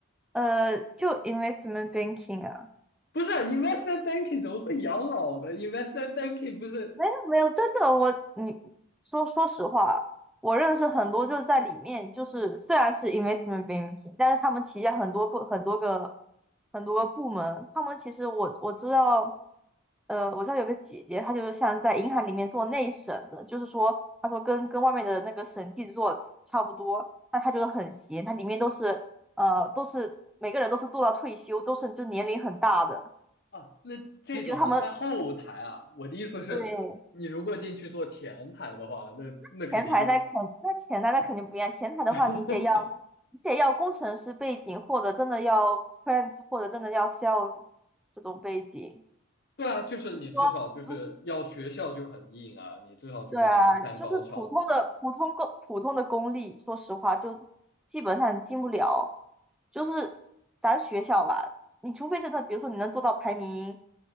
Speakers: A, in the centre; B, on the left.
A: 呃，就 investment banking 啊。
B: 不是 investment banking 怎么会养老呢？investment banking 不是
A: 没有没有，真的，我你说说实话，我认识很多就是在里面，就是虽然是 investment banking，但是他们旗下很多部很多个很多个部门，他们其实我我知道，呃，我知道有个姐姐，她就是像在银行里面做内审的，就是说她说跟跟外面的那个审计做差不多，那她就是很闲，她里面都是呃都是每个人都是做到退休，
B: 啊
A: 都是就年龄很大的，
B: 啊，那这种是在后台啊。
A: 你觉得他们
B: 我的意思是，
A: 对？
B: 你如果进去做前台的话，那那肯定就
A: 前台那肯那前台那肯定不一样，前台的话你得要
B: <laughs>
A: 你得要工程师背景，或者真的要 print，或者真的要 sales 这种背景。
B: 对啊，就是你至少就是要学校就很硬啊，
A: 说不是
B: 你至少就是前三高商啊那种
A: 对啊，就是普通的普通公普通的公立，说实话就基本上进不了。就是咱学校吧，你除非真的，比如说你能做到排名